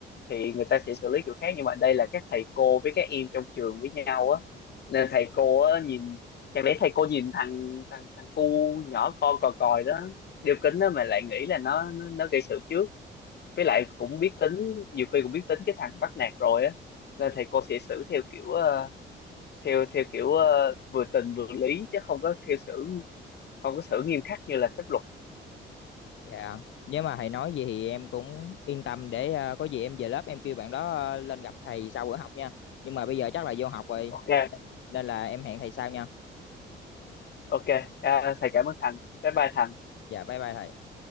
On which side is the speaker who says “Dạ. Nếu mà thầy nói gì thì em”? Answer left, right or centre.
Left